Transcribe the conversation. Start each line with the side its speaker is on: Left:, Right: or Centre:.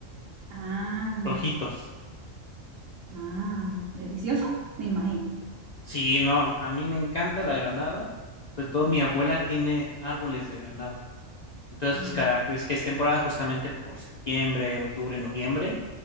Right: Ah,
Left: rojitos.
Right: ah, delicioso, me imagino.
Left: Sí, no, a mí me encanta la granada, sobre todo
Right: Sí.
Left: mi abuela tiene árboles de granada. Entonces, pues
Right: Ah,
Left: cada vez que es temporada, justamente por septiembre, octubre, noviembre,